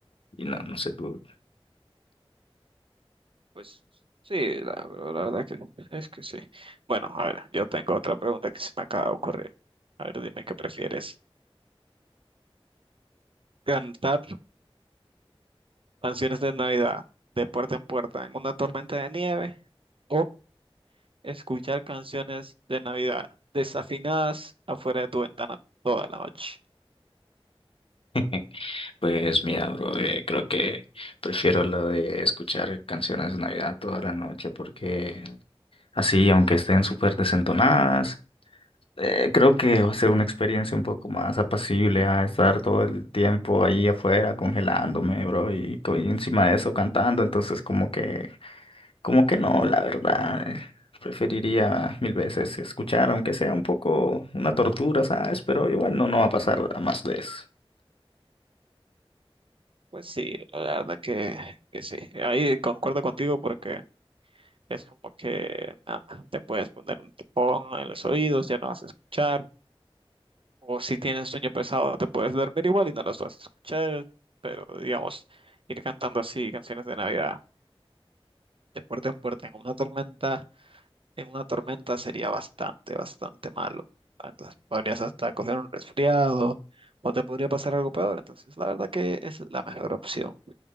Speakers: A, on the left; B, on the right.
A: Y no, no sé tú.
B: Pues sí, la, la verdad que es que sí. Bueno, a ver, yo tengo otra pregunta que se me acaba de ocurrir. A ver, dime qué prefieres. ¿Cantar canciones de Navidad de puerta en puerta en una tormenta de nieve? o Escuchar canciones de Navidad desafinadas afuera de tu ventana toda la noche.
A: <laughs> Pues mira, bro, eh, creo que prefiero lo de escuchar canciones de Navidad toda la noche porque así, aunque estén súper desentonadas, Eh, creo que va a ser una experiencia un poco más apacible a estar todo el tiempo ahí afuera congelándome, bro, y, co- y encima de eso cantando, entonces como que, como que no, la verdad, eh, preferiría mil veces escuchar, aunque sea un poco una tortura, ¿sabes? Pero igual no, no va a pasar a más de eso.
B: Pues sí, la verdad que, que sí. Ahí concuerdo contigo porque es como que nada, te puedes poner un tapón en los oídos, ya no vas a escuchar. O si tienes sueño pesado, te puedes dormir igual y no los vas a escuchar. Pero digamos, ir cantando así canciones de Navidad de puerta en puerta en una tormenta. en una tormenta sería bastante, bastante malo. Entonces podrías hasta coger un resfriado o te podría pasar algo peor. Entonces, la verdad que es la mejor opción,